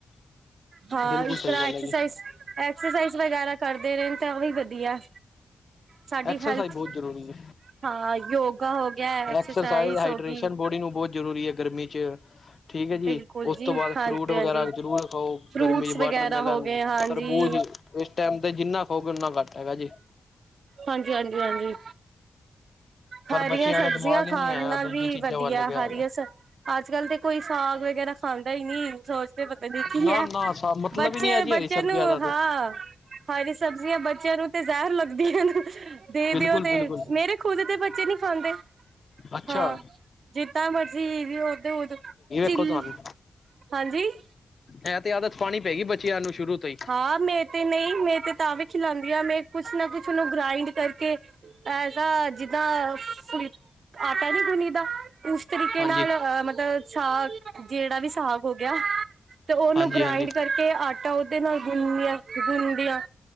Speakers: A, on the right (about 70°); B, on the left (about 50°).
A: ਹਾਂ
B: ਬਿਲਕੁਲ
A: ਇਸ
B: ਸਹੀ ਗੱਲ ਹੈ ਜੀ
A: ਇਸ ਐਕਸਰਸਾਈਜ਼ ਵਗੈਰਾ ਕਰਦੇ ਰੈਂਨ ਤਾਂ ਵੀ ਵਧੀਆ। ਸਾਡੀ
B: ਐਕਸਰਸਾਈਜ਼
A: ਹੈਲਥ
B: ਬੋਤ ਜ਼ਰੂਰੀ ਏ।
A: ਹਾਂ ਯੋਗਾ ਹੋ ਗਿਆ
B: ਐਕਸਰਸਾਈਜ਼, ਹਾਈਡ੍ਰੇਸ਼ਨ
A: ਹੋ ਗਈ।
B: ਬੋਡੀ ਨੂੰ ਬੋਤ ਜ਼ਰੂਰੀ ਐ ਗਰਮੀ ਚ ਠੀਕ ਏ ਜੀ
A: ਬਿਲਕੁਲ
B: ਉਸ
A: ਜੀ
B: ਤੋਂ ਬਾਅਦ
A: ਹਾਂਜੀ
B: ਫਰੂਟ
A: ਹਾਂਜੀ
B: ਵਗੈਰਾ ਜ਼ਰੂਰ ਖਾਓ
A: ਫਰੂਟਸ
B: ਗਰਮੀ ਚ ਵੋਟਰਮੈਲਨ,
A: ਵਗੈਰਾ ਹੋ ਗਏ ਹਾਂਜੀ।
B: ਤਰਬੂਜ਼ ਏਸ ਟੈਮ ਤੇ ਜਿੰਨਾ ਖਾਓਗੇ ਉਨਾਂ ਘੱਟ ਹੈਗਾ ਜੀ।
A: ਹਾਂਜੀ-ਹਾਂਜੀ-ਹਾਂਜੀ।
B: ਪਰ
A: ਹਰੀਆਂ
B: ਬੱਚਿਆਂ
A: ਸਬਜ਼ੀਆਂ
B: ਦਾ ਦਿਮਾਗ ਹੀ
A: ਖਾਣ
B: ਨਹੀਂ ਹੈ
A: ਨਾਲ
B: ਦੂਜੀ
A: ਵੀ
B: ਚੀਜ਼ਾਂ
A: ਵਧੀਆ
B: ਵੱਲ ਲੱਗਿਆ
A: ਹਰੀਆ
B: ਹੋਇਆ
A: ਸ ਅੱਜ-ਕੱਲ ਤੇ ਕੋਈ ਸਾਂਗ ਵਗੈਰਾ ਖਾਂਦਾ ਈ ਨੀ ਸੋਚ ਤੇ ਪਤਾ ਨੀ ਕੀ
B: ਨਾ
A: ਐ
B: ਨਾ ਸਾਬ ਮਤਲਬ
A: ਬੱਚੇ
B: ਹੀ ਨਹੀਂ ਹੈ ਜੀ
A: ਬੱਚਿਆਂ
B: ਹਰੀ ਸਬਜ਼ੀਆਂ
A: ਨੂੰ
B: ਦਾ ਤੇ
A: ਹਾਂ ਹਰੀ ਸਬਜ਼ੀਆਂ ਬੱਚਿਆਂ ਨੂੰ ਤੇ ਜ਼ਹਿਰ ਲੱਗਦੀਆਂ ਹਨ। ਦੇ
B: ਬਿਲਕੁਲ
A: ਦੇਓ ਤੇ
B: ਬਿਲਕੁਲ
A: ਮੇਰੇ ਖ਼ੁਦ ਤੇ ਬੱਚੇ ਨੀ ਖਾਂਦੇ।
B: ਅੱਛਾ
A: ਹਾਂ ਜਿੱਦਾਂ ਮਰਜ਼ੀ ਵੀ ਉਦਾ ਉਦੋਂ ਚਿੱਲ
B: ਦੇਖੋ ਤੁਆਨੂੰ,
A: ਹਾਂਜੀ
B: ਐ ਤੇ ਆਦਤ ਪਾਨੀ ਪੇਗੀ ਬੱਚਿਆਂ ਨੂੰ ਸ਼ੁਰੂ ਤੋਂ ਈ।
A: ਹਾਂ ਮੈਂ ਤੇ ਨਈਂ ਮੈਂ ਤੇ ਤਾਂ ਵੀ ਖਿਲਾਂਦੀ ਆ ਮੈਂ ਕੁਛ ਨਾ ਕੁਛ ਉਨੂੰ ਗ੍ਰਾਇੰਡ ਕਰਕੇ ਐਸਾ ਜਿੱਦਾਂ ਫੇ ਆਟਾ ਨੀ ਗੁੰਨੀਦਾ ਉਸ ਤਰੀਕੇ
B: ਹਾਂਜੀ
A: ਨਾਲ ਅ ਮਤਲਬ ਸਾ ਜੇੜਾ ਵੀ ਸਾਂਗ ਹੋ ਗਿਆ ਤੇ ਉਨੂੰ
B: ਹਾਂਜੀ
A: ਗ੍ਰਾਇੰਡ
B: ਹਾਂਜੀ
A: ਕਰਕੇ ਆਟਾ ਉਦ ਨਾਲ ਗੁੰਨੀਆ ਗੁੰਨਦੀਆਂ